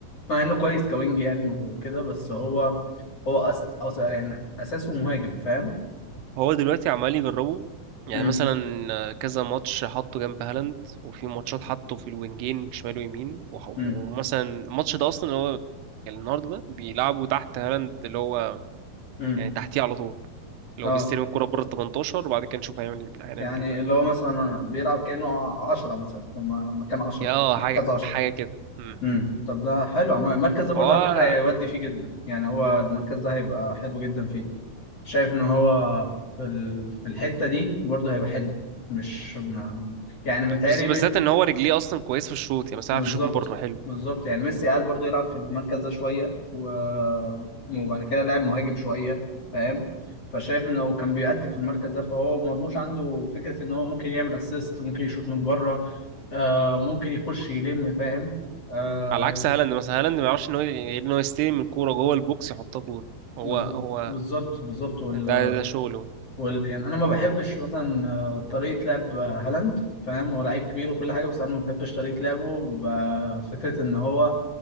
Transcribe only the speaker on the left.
مع انه كويس كوينج يعني وكده بس هو هو أس... أس... يعني اساسه مهاجم فاهم
امم
امم
امم
اه
يعني
اللي
هو مثلا بيلعب كانه ع- عشرة مثلا في م- مكان عشرة
مركز
عشرة
امم طب ده حلو عم- المركز ده برضه
على فكره هيودي فيه جدا يعني هو المركز ده هيبقى حلو جدا فيه شايف ان هو في ال... في الحته دي برضه هيبقى حلو مش ما- يعني
متهيألي
بالظبط
بالظبط يعني ميسي قعد برضو يلعب في المركز ده شويه و... وبعد كده لعب مهاجم شويه فاهم فشايف ان هو كان بيأدي في المركز ده فهو مرموش عنده فكره ان هو ممكن يعمل اسيست ممكن يشوط من بره آه ممكن يخش يلم فاهم آه
بالظ-
بالظبط بالظبط وال...
وال... يعني انا ما بحبش مثلا آه، طريقه لعب آه، هالاند فاهم هو لعيب كبير وكل حاجه بس انا ما بحبش طريقه لعبه ب- فكره ان هو